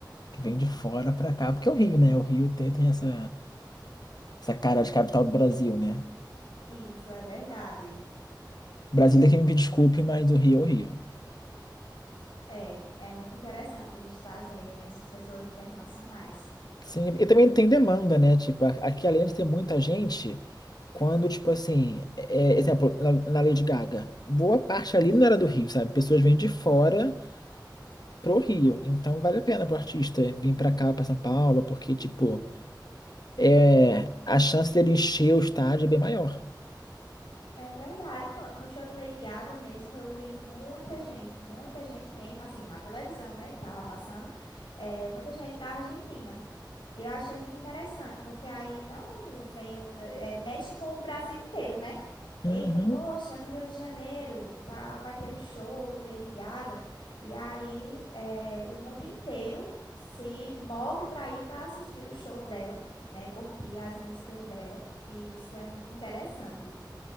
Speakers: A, on the left; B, on the left.
A: que vem de fora pra cá, porque é o Rio, né? O Rio tem, tem essa, essa cara de capital do Brasil, né?
B: isso é verdade.
A: Brasília que me desculpe, mas o Rio é o Rio.
B: É, é muito interessante eles trazerem essas pessoas internacionais.
A: Sim, e também tem demanda, né? Tipo, a- aqui além de ter muita gente, quando, tipo assim, é, exemplo, na, na Lady Gaga, boa parte ali não era do Rio, sabe? Pessoas vêm de fora pro Rio. Então vale a pena pro artista vir pra cá, pra São Paulo, porque, tipo, é, a chance dele encher o estádio é bem maior.
B: É verdade, pronto. No show de Lady Gaga mesmo, eu vi muita gente, muita gente mesmo, assim, na televisão, né, que tava passando, é, muita gente da Argentina. Eu achei muito interessante, porque aí não vem outra, é, mexe com o Brasil inteiro, né? Eita,
A: Uhum.
B: poxa, no Rio de Janeiro tá, vai ter o show de Lady Gaga. E aí é, o mundo inteiro se move para ir para assistir o show dela, né? Curtir as músicas dela. E isso é muito interessante.